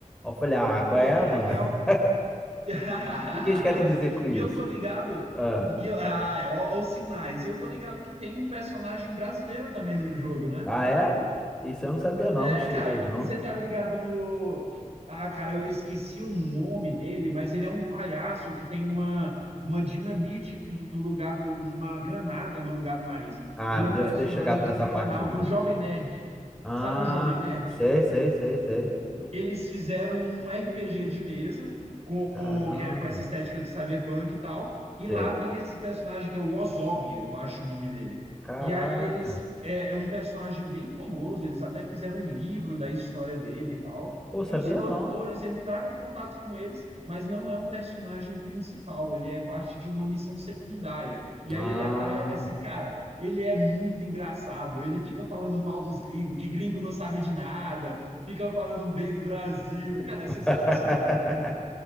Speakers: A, in the centre; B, on the right.
A: Eu falei, ah, qual
B: Pô,
A: é,
B: que legal.
A: mano? <laughs>
B: <laughs>
A: O que que eles querem dizer com isso?
B: e eu tô ligado.
A: Ah,
B: E eu, ah, é, ó, ó os sinais. E eu tô ligado que tem um personagem brasileiro também no jogo, né?
A: ah, é? Isso eu não sabia, não.
B: É,
A: Cheguei,
B: cara,
A: não.
B: você tá ligado no. Ah, cara, eu esqueci o nome dele, mas ele é um palhaço que tem uma, uma dinamite no lugar do. uma granada no lugar do nariz.
A: Ah,
B: Ele
A: não
B: é um
A: devo
B: personagem
A: ter chegado
B: de
A: nessa
B: um
A: parte,
B: canal
A: não.
B: do Jovem Nerd.
A: Ah,
B: Sabe o Jovem Nerd?
A: sei, sei, sei, sei.
B: eles fizeram um RPG de mesa com,
A: Caramba,
B: que é com essa estética do cyberpunk e tal. E
A: sei.
B: lá tem esse personagem que é o Ozob, eu acho o nome dele.
A: Caraca.
B: E aí eles é, é um personagem bem famoso. Eles até fizeram um livro da história dele e tal.
A: Pô, sabia
B: E os produtores
A: não.
B: entraram em contato com eles, mas não é um personagem principal. Ele é parte de uma missão secundária. E
A: Ah.
B: aí ele aparece, cara, ele é muito engraçado. Ele fica falando mal dos gringos, que gringo não sabe de nada, fica falando bem do Brasil. Cara, é sensacional.
A: <laughs>